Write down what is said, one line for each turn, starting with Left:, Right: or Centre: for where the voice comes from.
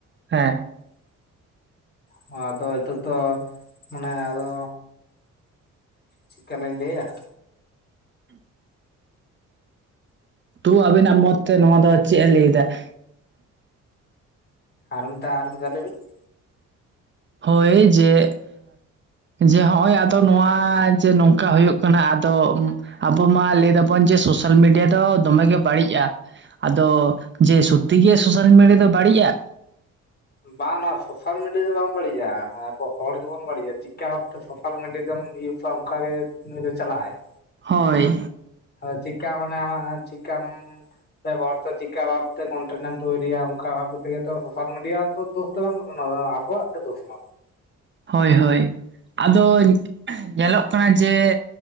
Right: ᱦᱮᱸ
Left: ᱦᱚᱸ ᱫᱚ ᱱᱤᱛᱚᱜ ᱫᱚ ᱢᱟᱱᱮ ᱟᱫᱚᱼᱼ ᱪᱮᱫᱠᱟ ᱞᱤᱧ ᱞᱟᱹᱭᱟ
Right: ᱛᱚ ᱟᱵᱤᱱᱟᱜ ᱢᱚᱛ ᱛᱮ ᱱᱚᱣᱟ ᱫᱚ ᱪᱮᱫ ᱮ ᱞᱟᱹᱭ ᱮᱫᱟ ᱾
Left: ᱟᱨ ᱢᱤᱫᱟᱣ ᱟᱨ ᱢᱤᱫᱟᱣ ᱞᱟᱹᱭ ᱵᱤᱱ ᱾
Right: ᱦᱚᱭ ᱡᱮᱼᱼ ᱡᱮ ᱦᱚᱜᱼᱚᱭ ᱟᱫᱚ ᱱᱚᱣᱟ ᱡᱮ ᱱᱚᱝᱠᱟ ᱦᱩᱭᱩᱜ ᱠᱟᱱᱟ ᱟᱫᱚᱼᱼ ᱟᱵᱚ ᱢᱟ ᱞᱟᱹᱭ ᱫᱟᱵᱚᱱ ᱡᱮ ᱥᱳᱥᱟᱞ ᱢᱤᱰᱤᱭᱟ ᱫᱚ ᱫᱚᱢᱮᱜ ᱜᱮ ᱵᱟᱹᱲᱤᱡᱼᱟᱼᱼ ᱟᱫᱚ ᱡᱮ ᱥᱚᱛᱛᱤ ᱜᱮ ᱥᱳᱥᱟᱞ ᱢᱤᱰᱤᱭᱟ ᱫᱚ ᱵᱟᱹᱲᱤᱡᱼᱟ ᱾
Left: ᱵᱟᱝ ᱱᱚᱭᱟ ᱥᱳᱥᱟᱞ ᱢᱤᱰᱤᱭᱟ ᱫᱚ ᱵᱟᱝ ᱵᱟᱹᱲᱤᱡᱼᱟ ᱟᱵᱚᱼᱼ ᱦᱚᱲ ᱜᱮᱵᱚᱱ ᱵᱟᱹᱲᱤᱡᱟ, ᱪᱤᱠᱮᱠᱟ ᱵᱷᱟᱵᱛᱮ ᱥᱳᱥᱟᱞ ᱢᱤᱰᱤᱭᱟ ᱫᱚᱢ ᱤᱭᱩᱡᱟ ᱚᱱᱠᱟᱜ ᱜᱮ ᱱᱩᱭ ᱫᱚᱭ ᱪᱟᱞᱟᱜᱟᱭ ᱾
Right: ᱦᱚᱭ
Left: ᱦᱳ ᱪᱮᱫᱠᱟ ᱢᱟᱱᱮ ᱟᱢᱟᱜ ᱪᱮᱫᱠᱟᱢᱼᱼ ᱦᱚᱲ ᱛᱮ ᱪᱤᱠᱟ ᱵᱷᱟᱵᱛᱮ ᱠᱚᱱᱴᱮᱱ ᱮᱢ ᱛᱳᱨᱤᱭᱟ ᱚᱱᱠᱟ ᱵᱷᱟᱵ ᱛᱮᱜᱮ ᱛᱚ ᱥᱳᱥᱟᱞ ᱢᱤᱰᱤᱭᱟ ᱫᱚᱛᱚ ᱫᱩᱼᱼ ᱛᱚ ᱵᱟᱝ ᱚᱱᱟ‌ᱫᱚ ᱟᱵᱚᱣᱟᱜ ᱜᱮ ᱫᱳᱥ ᱚᱱᱟ ᱫᱚ ᱾
Right: ᱦᱳᱭ ᱦᱳᱭ ᱟᱫᱚ ᱧᱮᱞᱚᱜ ᱠᱟᱱᱟ ᱡᱮ